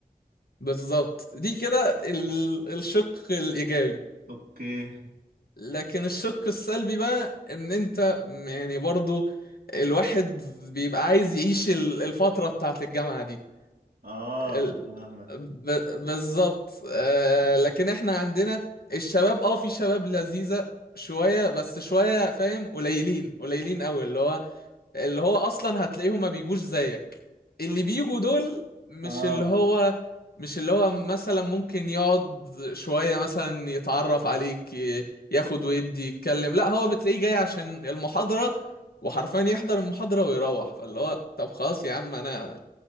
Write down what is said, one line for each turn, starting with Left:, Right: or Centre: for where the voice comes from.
Left: بالظبط دي كده ال... الشق الإيجابي
Right: اوكي
Left: لكن الشق السلبي بقى ان انت م- يعني برضو الواحد بيبقى عايز يعيش ال- الفترة بتاعت الجامعة دي
Right: اه
Left: ال-
Right: فاهمك
Left: ب- بالظبط آه، لكن احنا عندنا الشباب اه في شباب لذيذة شوية بس شوية فاهم قليلين قليلين قوي اللي هو اللي هو اصلا هتلاقيهم ما بيجوش زيك اللي بيجوا دول مش
Right: اه
Left: اللي هو مش اللي هو مثلا ممكن يقعد شوية مثلا يتعرف عليك ي- ياخد ويدي يتكلم لا هو بتلاقيه جاي عشان المحاضرة وحرفيا يحضر المحاضرة ويروح فاللي هو طب خلاص يا عم انا